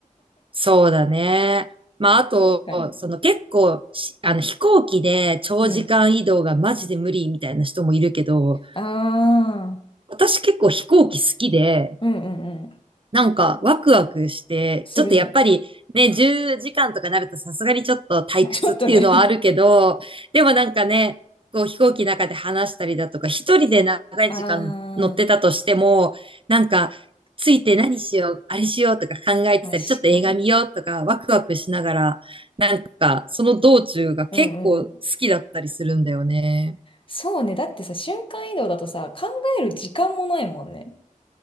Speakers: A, on the right; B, on the left.
A: そうだね。まあ、
B: <laughs>
A: あと、
B: 確かに。
A: その結構し、あの飛行機で長時間移動がマジで無理みたいな人もいるけど、
B: うん。ああ、
A: 私結構飛行機好きで、
B: うんうんうん。
A: なんか、ワクワクして、
B: するね。
A: ちょっとやっぱりね、10時間とかなるとさすがにちょっと退屈っていうのはあるけど、
B: <laughs> ちょっとね
A: でもなんかね、こう飛行機の中で話したりだとか、一人で長い時間乗ってたとしても、
B: <laughs> あ
A: なんか、ついて何しよう、あれしようとか考えてたり、
B: あ、確かに。
A: ちょっと映画見ようとか、ワクワクしながら、なんか、その道中が結構好きだったりするんだよね。
B: うんうん。そうね。だってさ、瞬間移動だとさ、考える時間もないもんね。